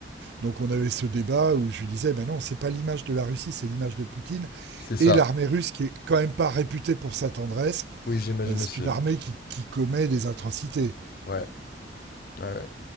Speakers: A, on the right (about 60°); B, on the left (about 55°).
A: Donc on avait ce débat où je lui disais, ben non, c'est pas l'image de la Russie, c'est l'image de Poutine
B: c'est ça.
A: et l'armée russe qui est quand même pas réputée pour sa tendresse
B: Oui, j'imagine
A: euh, c'est
B: aussi.
A: une
B: Ouais.
A: armée qui, qui commet des atrocités.
B: Ouais, ouais. ouais.